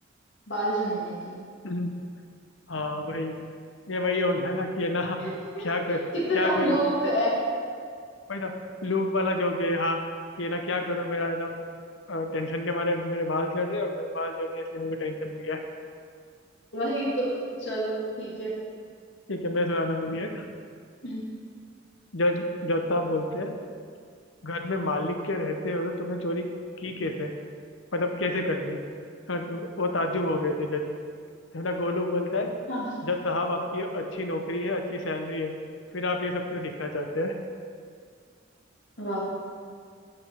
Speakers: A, on the left (about 65°); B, on the left (about 80°).
A: बाल झड़ने की
B: हम्म, हाँ वही ये वही हो गया ना कि है ना
A: <laughs>
B: क्या कर
A: कितना
B: क्या करूँ
A: लूप है
B: वही ना लूप वाला जोक है हाँ कि है ना क्या करूँ मेरा है ना टेंशन के मारे मेरे बाल झड़ रहे हैं और मेरे बाल झड़ रहे हैं इसलिए मेरे को टेंशन भी है
A: वही तो चलो ठीक है
B: ठीक है मैं सुनाता हूँ अभी एक
A: हम्म,
B: जज जज साहब बोलते हैं घर में मालिक के रहते हुए तुमने चोरी की कैसे मतलब कैसे कर ली हाँ तो वो ताज्जुब हो गए थे जज तो ना गोलू बोलता है
A: हाँ
B: जज साहब आपकी अच्छी नौकरी है अच्छी सैलरी है फिर आप ये सब क्यों सीखना चाहते हैं
A: वाह